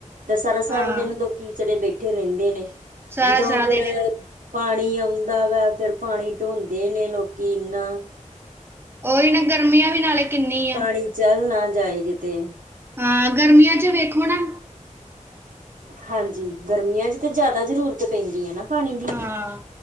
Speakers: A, on the right (about 80°); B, on the right (about 15°).
A: ਤਾਂ ਸਾਰ- ਸਾਰਾ
B: ਹਾਂ
A: ਦਿਨ ਲੋਕੀ ਵਿਚਾਰੇ ਬੈਠੇ ਬੈਠੇ ਰਹਿੰਦੇ ਨੇ
B: ਸਾਰਾ
A: ਜਦੋਂ
B: ਸਾਰਾ
A: ਫਿਰ
B: ਦਿਨ
A: ਪਾਣੀ ਆਉਂਦਾ ਵਾ ਫਿਰ ਪਾਣੀ ਢੋਂਦੇ ਨੇ ਲੋਕੀ ਐਨਾ
B: ਉਹੀ ਨਾ ਗਰਮੀਆਂ ਵੀ ਨਾਲੇ ਕਿੰਨੀ
A: ਪਾਣੀ
B: ਆ
A: ਚੱਲ ਨਾ ਜਾਏ ਕਿਤੇ।
B: ਹਾਂ, ਗਰਮੀਆਂ ਚ ਵੇਖੋ ਨਾ
A: ਹਾਂਜੀ ਗਰਮੀਆਂ ਚ ਤਾਂ ਜ਼ਿਆਦਾ ਜ਼ਰੂਰਤ ਪੈਂਦੀ ਹੈ ਨਾ ਪਾਣੀ ਦੀ।
B: ਹਾਂ